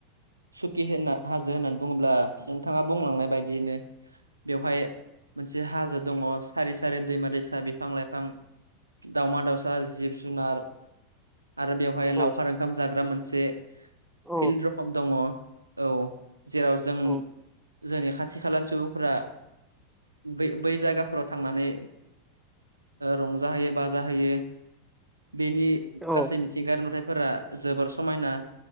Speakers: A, on the right (about 85°); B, in the centre.
A: सुखि होनना हाजो होननानै बुङोब्ला नोंथांआ बुंलांनाय बायदियैनो बेवहाय मोनसे हाजो दं सारि सारि दैमा दैसा बिफां लाइफां दावमा दावसा जिब जुनार आरो बेवहाय लावखार
B: औ
A: ओंखाम जाग्रा मोनसे
B: औ
A: फिल्ड रकम दङ औ जेराव जों
B: औ
A: जोंनि खाथि खालानि सुबुंफोरा बै बै जायगाफोराव थांनानै रंजाहोयो बाजाहोयो बेनि
B: औ
A: गासै मिथिंगायारि नुथायफोरा जोबोर समायना